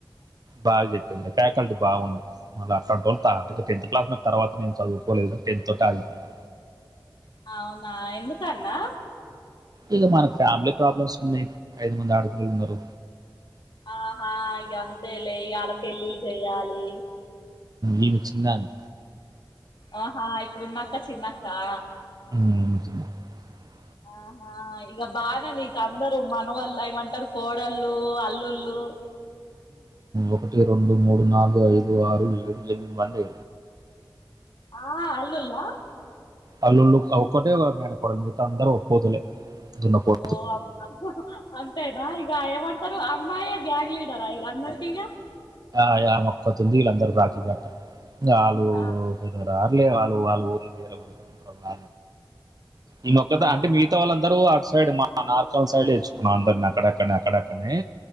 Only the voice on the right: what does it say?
బాగా చెప్పింద ఫ్యాకల్టీ బాగున్నా మళ్ళ అట్లాంటోల్ తా టెన్త్ క్లాస్న తర్వాత నేను చదువుకోలేదు. టెన్త్ తోటి ఆగిపోయింది.
ఇగ మనకు ఫ్యామిలీ ప్రాబ్లమ్స్ ఉన్నయి. ఐదు మంది ఆడపిల్లలున్నరు.
ఈమె చిన్నామే.
మ్
ఒకటి, రెండు, మూడు, నాలుగు, ఐదు, ఆరు, ఏడు, ఎనిమిది మంది
అల్లుళ్ళు అక్కటే మేనకోడలు మిగతా అందరూ పోతులే దున్నపోతు
ఆ యా ఆమొక్కతుంది వీళ్ళందరూ రాకి కట్ట ఆళ్ళు
పెద్ద రా ర్లే వాళ్ళు వాళ్ళు ఊర్ల వేర వదుకుంటంట ఈ మొక్కత్త ఆంటీ
మిగతా వాళ్ళందరూ అ సైడ్ మా నార్కల్ సైడ్ తెచ్చుకున్నా అందర్ని అక్కడక్కడ్నె అక్కడక్కడ్నే